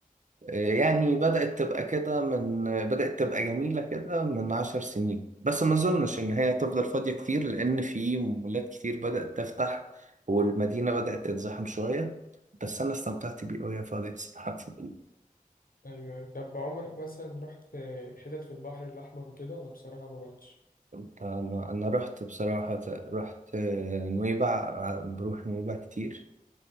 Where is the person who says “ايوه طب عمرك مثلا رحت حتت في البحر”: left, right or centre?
Left